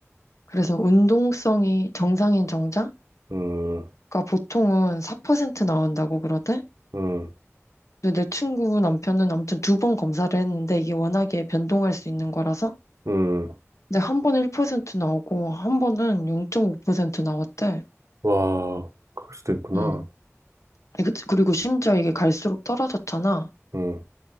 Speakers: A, on the left; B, on the right.
A: 그래서 운동성이 정상인 정자가
B: 응,
A: 보통은 4% 나온다고 그러대.
B: 응,
A: 근데 내 친구 남편은 아무튼 두 번 검사를 했는데 이게 워낙에 변동할 수 있는 거라서.
B: 응.
A: 근데 한 번은 1% 나오고 한 번은 0.5% 나왔대.
B: 와, 그럴 수도 있구나.
A: 음. 이거- 그리고 심지어 이게 갈수록 떨어졌잖아.
B: 응.